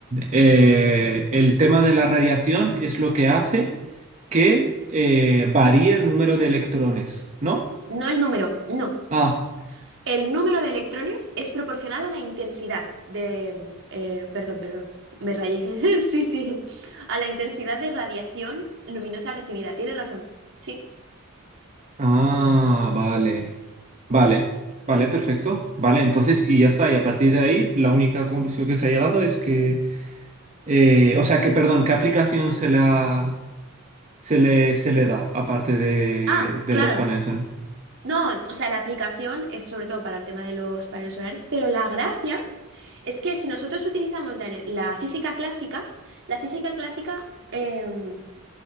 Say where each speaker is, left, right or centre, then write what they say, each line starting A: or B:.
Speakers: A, on the right; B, on the right.
A: eh, el tema de la radiación es lo que hace que eh, varíe el número de electrones, ¿no?
B: No el número, no.
A: Ah,
B: El número de electrones es proporcional a la intensidad de... eh, perdón, perdón, me rayé. <laughs> Sí, sí. A la intensidad de radiación luminosa recibida. Tienes razón. Sí.
A: ah, vale, vale, vale, perfecto, vale, entonces, y ya está, y a partir de ahí, la única conclusión que se ha llegado es que... Eh, o sea, que, perdón, ¿qué aplicación se la se le, se le da, aparte de,
B: Ah,
A: de
B: claro.
A: los paneles, ¿no?
B: No, o sea, la aplicación es sobre todo para el tema de los paneles solares, pero la gracia es que si nosotros utilizamos la, ener- la física clásica, la física clásica... em,